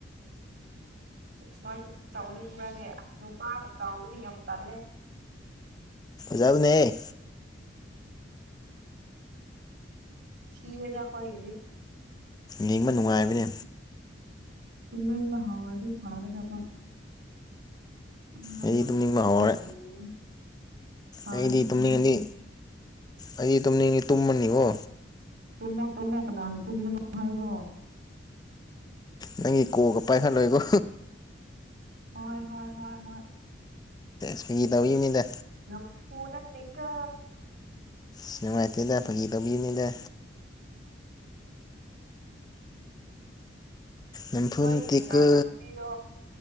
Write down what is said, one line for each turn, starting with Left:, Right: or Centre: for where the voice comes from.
Right: ꯑ ꯑꯁ ꯅꯣꯏꯁꯨ ꯆꯥꯎꯅꯤꯡꯕ꯭ꯔꯅꯦ ꯑꯁ ꯅꯨꯄꯥꯒ ꯆꯥꯎꯔꯅꯤ ꯌꯥꯝ ꯇꯜꯂꯦ
Left: ꯖꯥꯎꯅꯦ
Right: ꯁꯤꯤꯔꯗꯈꯣꯌꯦꯗꯤ
Left: ꯌꯦꯡꯕ ꯅꯨꯡꯉꯥꯏꯕꯅꯤ
Right: ꯇꯃꯤ ꯃꯍ ꯍꯥꯎꯜꯗꯤ ꯐꯥꯒꯗꯕ ꯑꯉꯥꯡꯅ
Left: ꯑꯩ ꯑꯗꯨꯝ ꯅꯤꯡꯕ
Right: ꯐꯖꯅ
Left: ꯍꯧꯔꯦ
Right: ꯇꯨꯝꯒꯅꯤ ꯐꯥꯒꯗꯕ
Left: ꯑꯩꯗꯤ ꯇꯨꯝꯅꯤꯡꯉꯗꯤ
Right: ꯑꯩꯁꯨ
Left: ꯑꯩꯗꯤ ꯇꯨꯝꯅꯤꯡꯉꯗꯤ ꯇꯨꯝꯕꯅꯤꯀꯣ
Right: ꯇꯃ ꯇꯃ ꯀ ꯅ ꯇꯨꯡꯉꯕꯣ
Left: ꯅꯪꯒꯤ ꯀꯣꯛꯒ ꯄꯥꯏꯍꯜꯂꯣꯏꯀꯣ
Right: ꯍꯣꯏ ꯍꯣꯏ ꯍꯣꯏ ꯍꯣꯏ
Left: ꯁ꯭ꯋꯒꯤ ꯇꯧꯤꯕꯅꯤꯗ
Right: ꯌꯥꯝ ꯄꯨꯅꯠꯇꯦꯛ ꯀ
Left: ꯁꯥꯏꯇꯂ ꯑꯒ ꯒꯤ ꯇꯕꯤꯤꯅꯤꯂ ꯅꯝꯐꯨ
Right: ꯅꯣꯏꯌꯦ
Left: ꯅꯠꯇꯦꯀꯣ
Right: ꯅꯔꯁ ꯅꯨꯄꯤꯗꯣ